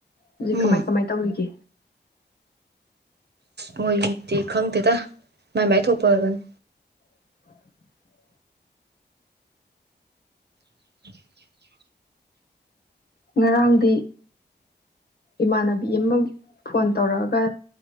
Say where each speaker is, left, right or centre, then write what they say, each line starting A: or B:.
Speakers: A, on the left; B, on the right.
A: ꯍꯧꯖꯤꯛ
B: ꯎꯝ
A: ꯀꯃꯥꯏ ꯀꯃꯥꯏ ꯇꯧꯔꯤꯒꯦ
B: ꯃꯣꯏ ꯗꯤ ꯈꯪꯗꯦ ꯇ ꯃꯥꯏꯃꯥꯏ ꯊꯣꯛꯄ ꯑꯗꯨꯅꯤ
A: <inaudible>
B: <inaudible>
A: ꯉꯔꯥꯡꯗꯤ ꯏꯃꯥꯟꯅꯕꯤ ꯑꯃ ꯐꯣꯟ ꯇꯧꯔꯛꯑꯒ